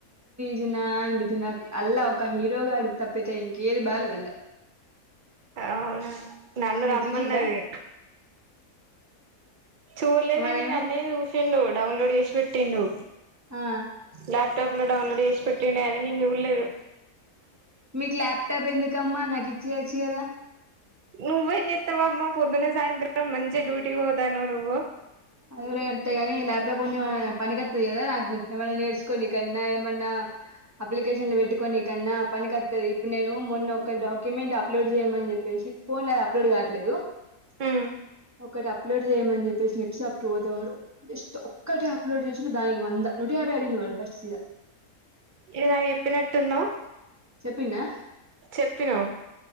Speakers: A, on the right (about 15°); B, on the right (about 75°).
A: చిన్నా అనిపిచ్చిద్ అల్ల ఒక హీరోగాడి తప్పైతే ఇంకేది బాలెద్ అల్లా
B: అవునా నన్ను
A: మీరు
B: రమ్మన్నది
A: చూసిల్లా
B: చూల్లెద్రా
A: మరి
B: నేన్
A: ఏమైంది
B: అన్నయ్య చూసిండు డౌన్లోడ్ చేశి పెట్టిండు
A: ఆ
B: లాప్ టప్ లో డౌన్లోడ్ చేశి పెట్టిండు అయినా నేను చూల్లెదు
A: మీక్ ల్యాప్టాప్ ఎందుకమ్మా నాకు ఇచ్చేయచ్చు కదా
B: నువ్వేం చేత్తవమ్మ పొద్దున సాయంత్రం మంచిగా డ్యూటీకి పోతానవ్ నువ్వు
A: అది గుడా కరెక్ట్ కని ల్యాప్టాప్ ఉండేమన్నా పనికత్తది కదా నాకు ఏమన్నా నేర్చుకోనికన్నా ఏమన్నా అప్లికేషన్లు పెట్టుకొని కన్నా పనికత్తది ఇప్పుడు నేను మొన్న ఒక డాక్యుమెంట్ అప్లోడ్ చేయమని చెప్పేసి ఫోన్లా అది అప్లోడ్ కాట్లేదు
B: ఉ
A: ఒకటి అప్లోడ్ చేయమని చెప్పేసి నెట్ షాప్ తే వాడు జస్ట్ ఒక్కటే అప్లోడ్ చేసిండు దానికి వందా నూట యాభై అడిగిండు ఫస్ట్ సీద
B: ఇది నాక్ చెప్పినట్టున్నావ్
A: చెప్పిన్నా
B: చెప్పినవ్